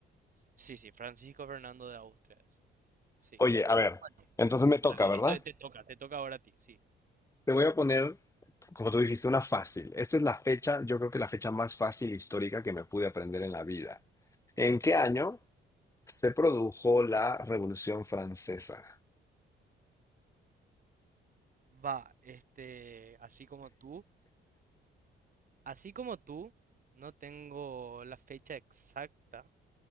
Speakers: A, on the right; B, on the left.
A: Sí, sí, Francisco Fernando de Austria es. Sí.
B: Oye, a ver,
A: Bueno,
B: entonces me toca,
A: dale,
B: ¿verdad?
A: esto te toca, te toca ahora a ti, sí.
B: Te voy a poner, como tú dijiste, una fácil. Esta es la fecha, yo creo que la fecha más fácil histórica que me pude aprender en la vida. ¿En qué año? se produjo la Revolución Francesa.
A: Va, este, así como tú, así como tú, no tengo la fecha exacta.